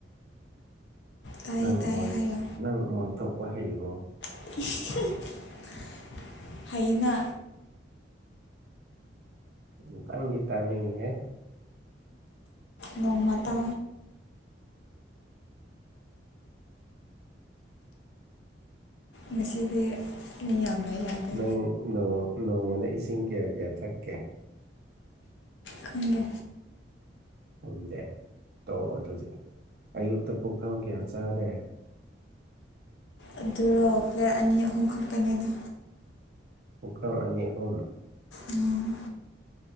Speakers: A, on the left; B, on the right.
A: ꯇꯥꯏ
B: ꯅꯪ
A: ꯇꯥꯏ
B: ꯃꯣꯏ
A: ꯍꯥꯏꯌꯣ
B: ꯅꯪ ꯃꯣꯏ ꯊꯣꯛꯄ ꯍꯩꯕꯣ
A: ꯀ ꯑꯩꯅ
B: ꯎꯝ ꯀꯪꯒꯤꯇꯥꯅꯤ ꯍꯥꯏ
A: ꯅꯧꯃꯇꯥ ꯃꯁꯤꯁꯤꯗꯤ ꯃꯤ ꯌꯥꯝ ꯂꯩ ꯌꯥꯗꯦ
B: ꯅꯪ ꯅꯣꯡꯃꯅ ꯏꯁꯤꯡ ꯀꯌꯥ ꯀꯌꯥ ꯊꯛꯀꯦ
A: ꯈꯟꯗꯦ
B: ꯈꯪꯗꯦ ꯇꯣ ꯑꯗꯨꯗꯤ ꯑꯌꯨꯛꯇ ꯄꯨꯡꯈꯐꯝ ꯀꯌꯥ ꯆꯥꯔꯦ
A: ꯑꯗꯨꯒꯣ ꯄ꯭ꯂꯦ ꯑꯅꯤ ꯑꯍꯨꯝ ꯈꯛꯇꯅꯦꯗ
B: ꯄꯨꯈ꯭ꯔꯝ ꯑꯅꯤ ꯑꯍꯨꯝ
A: ꯎꯝ